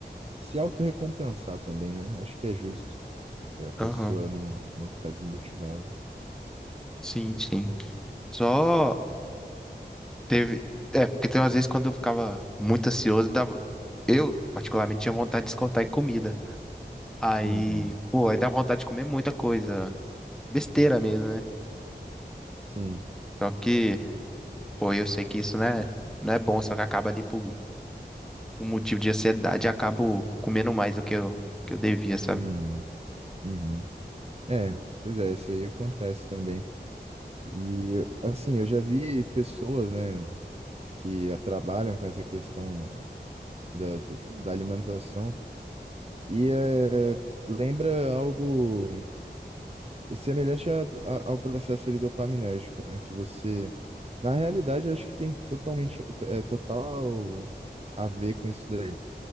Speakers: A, on the right; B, in the centre.
A: se autorrecompensar também, né? Acho que é justo pra pessoa
B: aham,
A: não, não ficar desmotivada.
B: sim, sim. Só. Teve. É, porque tem umas vezes quando eu ficava muito ansioso, dava... eu, particularmente, tinha vontade de descontar em comida. Aí,
A: Uhum,
B: pô, aí dá vontade de comer muita coisa. Besteira mesmo, né?
A: sim,
B: Só que, pô, eu sei que isso não é, não é bom, só que acaba ali por um motivo de ansiedade, eu acabo comendo mais do que eu, que eu devia, sabe?
A: uhum, uhum. É, pois é, isso aí acontece também. E, eu- assim, eu já vi pessoas, né, que trabalham com essa questão da, da alimentação e é, lembra algo é semelhante a- a- ao processo ali dopaminérgico, né? Que você, na realidade, eu acho que tem totalmente, é total a ver com isso daí,